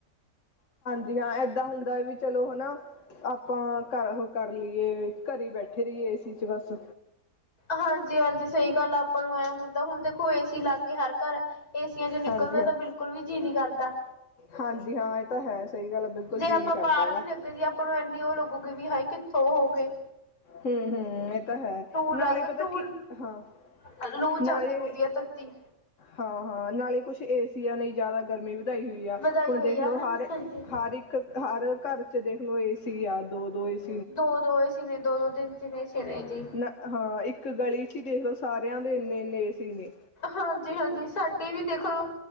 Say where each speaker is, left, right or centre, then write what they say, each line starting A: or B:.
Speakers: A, on the left (about 55°); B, on the left (about 80°).
A: ਵੀ ਹਾਂ ਏਦਾਂ ਹੁੰਦਾ ਐ ਵੀ ਚਲੋ ਹਨਾ ਆਪਾਂ ਘਰ ਓਹ ਕਰ ਲਈਏ ਘਰੇ ਈ ਬੈਠੇ ਰਈਏ ਏ ਸੀ ਚ ਬਸ।
B: ਹਾਂਜੀ-ਹਾਂਜੀ ਸਈ ਗੱਲ ਆਪਾਂ ਨੂੰ ਐ ਹੁੰਦਾ ਹੁਣ ਦੇਖੋ ਏ ਸੀ ਲਾਗੇ ਹਰ ਘਰ। ਏਸੀਆਂ ਚੋਂ ਨਿਕਲਨ
A: ਹਾਂਜੀ
B: ਦਾ ਤਾਂ
A: ਹਾਂ
B: ਬਿਲਕੁਲ ਵੀ ਜੀਅ ਨੀ ਕਰਦਾ।
A: ਹਾਂਜੀ ਹਾਂ ਏਹ ਤਾਂ ਹੈ ਸਈ ਗੱਲ ਐ ਬਿਲਕੁਲ
B: ਜੇ
A: ਜੀਅ
B: ਆਪਾਂ
A: ਨੀ ਕਰਦਾ
B: ਬਾਹਰ
A: ਹੈਗਾ।
B: ਵੀ ਲੱਗੇ ਜੀ ਆਪਾਂ ਨੂੰ ਇੰਨੀ ਓਹ ਲੱਗੂਗੀ ਵੀ, ਹਾਏ ਕਿੱਥੋਂ ਓ ਹੋ ਗੇ।
A: ਹੂੰ-ਹੂੰ ਏਹ ਤਾਂ ਹੈ ਨਾਲੇ
B: ਲ
A: ਪਤਾ
B: ਲੂ
A: ਕੀ, ਹਾਂ।
B: ਲੂ ਚੱਲਦੀ
A: ਨਾਲੇ,
B: ਹੁੰਦੀ ਆ ਤੱਤੀ
A: ਹਾਂ-ਹਾਂ ਨਾਲੇ ਕੁੱਛ ਏਸੀ ਆ ਨੇ ਜ਼ਾਦਾ ਗਰਮੀ ਵਧਾਈ ਹੋਈ ਆ,
B: ਵਧਾਈ
A: ਹੁਣ
B: ਹੋਈ
A: ਦੇਖ
B: ਆ
A: ਲੋ
B: ਹਾਂਜੀ।
A: ਹਰ-ਹਰ ਇੱਕ ਇੱਕ ਹਰ ਘਰ ਚ ਦੇਖਲੋ ਏ ਸੀ ਆ ਦੋ-ਦੋ ਏ ਸੀ
B: ਦੋ-ਦੋ ਏ ਸੀ ਨੇ ਦੋ-ਦੋ, ਤਿੰਨ-ਤਿੰਨ ਏ ਸੀ ਨੇ ਜੀ।
A: ਨਾ ਹਾਂ ਇੱਕ ਗਲੀ ਚ ਈ ਦੇਖ ਲਓ ਸਾਰੇਆਂ ਦੇ ਇੰਨੇ-ਇੰਨੇ ਏ ਸੀ ਨੇ।
B: ਹਾਂਜੀ-ਹਾਂਜੀ ਸਾਡੀ ਵੀ ਦੇਖ ਲੋ।